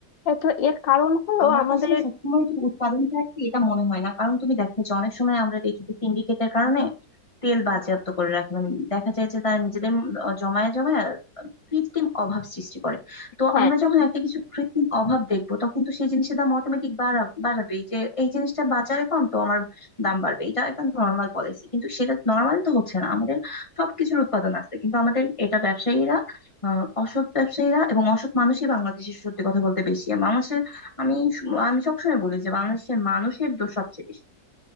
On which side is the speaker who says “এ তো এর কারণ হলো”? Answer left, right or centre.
Left